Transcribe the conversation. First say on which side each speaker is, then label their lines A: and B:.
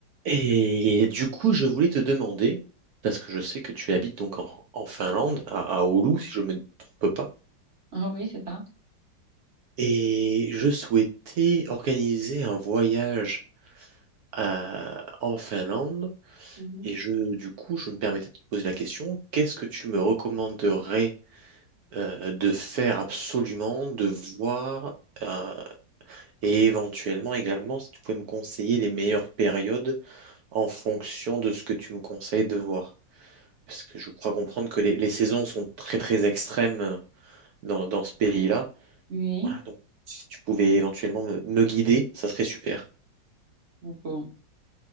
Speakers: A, on the right; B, on the right.
A: Et du coup, je voulais te demander, parce que je sais que tu habites donc en, en Finlande, à, à Oulu, si je ne me trompe pas,
B: Ah oui, c'est ça.
A: et je souhaitais organiser un voyage à- en Finlande,
B: Mhm.
A: et je, du coup, je me permettais de te poser la question, qu'est-ce que tu me recommanderais euh, de faire absolument, de voir, euh, et éventuellement également, si tu pouvais me conseiller les meilleures périodes en fonction de ce que tu me conseilles de voir. parce que je crois comprendre que les, les saisons sont très très extrêmes euh, dans, dans ce pays-là.
B: Oui.
A: Voilà, donc si tu pouvais éventuellement me, me guider, ça serait super.
B: Bon.